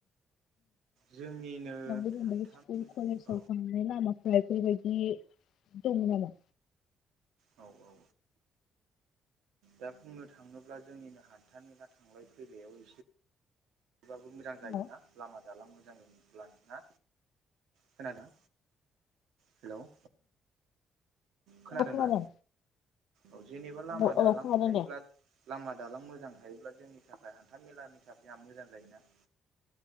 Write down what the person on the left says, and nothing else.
गोब
स्कुल
कलेजाव थांनाय लामा मफ्रायखैबायदि दं नामा
हेल'
औ खोनादों
औ
औ खोनादों
दे